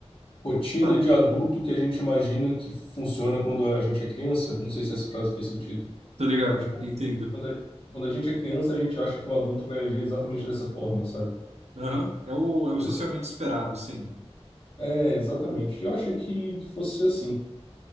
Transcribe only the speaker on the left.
rotina
de adulto que a gente imagina que funciona quando a gente é criança. Não sei se essa frase fez sentido.
Tipo,
quando a, quando a gente é criança, a gente acha que o adulto vai agir exatamente dessa forma, sabe?
Essa,
é, exatamente. Eu achei que, que fosse ser assim.